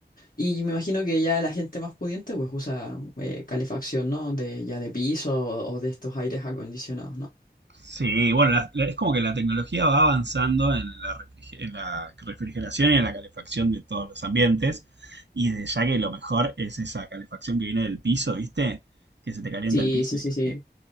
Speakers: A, on the left; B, on the right.
A: Y me imagino que ya la gente más pudiente pues usa eh, calefacción, ¿no? De, ya de piso o, o de estos aires acondicionados, ¿no?
B: Sí, bueno, la- la- es como que la tecnología va avanzando en la, refrige- en la refrigeración y en la calefacción de todos los ambientes. Y de ya que lo mejor es esa calefacción que viene del piso, ¿viste? Que se te calienta
A: Sí,
B: el piso
A: sí,
B: y
A: sí,
B: es
A: sí.
B: que.